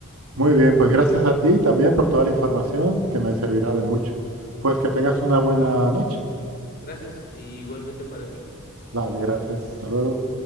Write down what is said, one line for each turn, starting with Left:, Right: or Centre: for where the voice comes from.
Right: Muy bien, pues gracias a ti también por toda la información que me servirá de mucho. Pues que tengas una buena noche.
Left: Gracias, y igualmente para ti.
Right: Vale, gracias. Hasta luego.